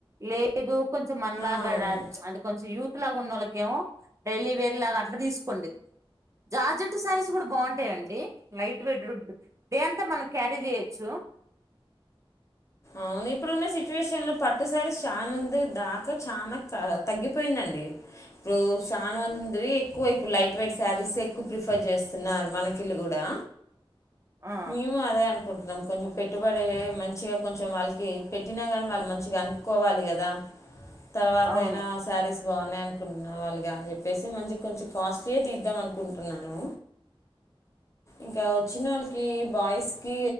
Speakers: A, on the right; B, on the left.
A: లేదు కొంచెం మన్లాగాడా
B: అవును
A: అంటే కొంచం యూత్ <inaudible> లాగున్నోళ్ళకేమో డైలీ వేర్ లాగ అట్ల తీసుకోండి జార్జెట్ శారీస్ సు గుడ బాంటయండి లైట్ వెయిటెడ్ డే అంత్ అంటె మనం క్యారీ జెయొచ్చు
B: అవును ఇప్పుడున్న సిచ్యువేషన్లో పట్టు శారీస్ షాన్ మంది దాకా చానా అ తగ్గిపోయిందండి రో షాన్ మంది ఎక్కువ ఇప్పుడు లైట్ వెయిట్ శారీసే ఎక్కువ ప్రిఫర్ చేస్తున్నారు మనకిళ్ళు గూడా
A: ఆ
B: మేము అదే అనుకుంటున్నాం కొంచెం పెట్టుబడే మంచిగ కొంచెం వాల్కి పెట్టినా గాని వాళ్ళు మంచిగా అన్పుగోవాలి గదా తర్వాతైనా
A: అవును
B: శారీస్ బాన్నాయ్ అనుకుంటున్నా వాళ్ళుగా అన్ చెప్పేసి మంచిగ్ కొంచెం కాస్ట్లీయే తీద్దాం అనుకుంటున్నాను ఇంకా వచ్చినోళ్ళకి బాయ్స్ కి